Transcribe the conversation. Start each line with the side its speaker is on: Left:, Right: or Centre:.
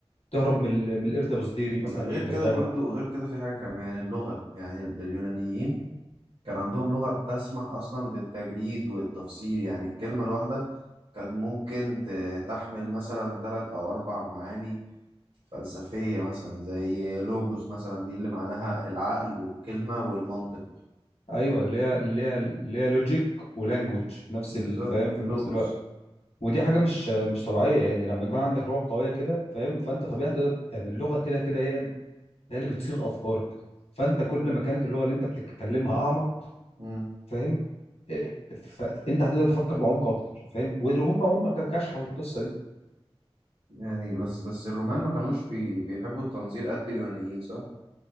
Left: تهرب من ال- من القرد ابو سديري مثلا
Right: غير
Left: اللي
Right: كده
Left: في الغابه
Right: برضو غير كده في حاجة كمان يعني اللغة يعني ال- اليونانيين كان عندهم لغة بتسمح أصلا بالتجريد والتفسير يعني الكلمة الواحدة كانت ممكن ت- تحمل مثلا ثلاث أو أربع معاني فلسفية مثلا زي لوجوس مثلا دي اللي معناها العقل والكلمة والمنطق
Left: ايوه اللي هي اللي هي اللي هي لوجيك ولانجوج في نفس
Right: بالظبط
Left: الفاهم في
Right: لوجوس
Left: نفس الوقت ودي حاجه مش مش طبيعيه يعني لما
Right: مم.
Left: يكون عندك لغه قويه كده فاهم فانت طبيعي تقدر يعني اللغه كده كده هي هي اللي بتصيغ افكارك فانت كل
Right: مم.
Left: ما كانت اللغه اللي انت بتتكلمها اعمق
Right: مم.
Left: فاهم إيه، فانت هتقدر تفكر بعمق اكتر فاهم وهم هم ك- كشحوا القصه دي
Right: يعني بس بس الرومان ما كانوش بي بيحبوا التنظير قد اليونانيين صح؟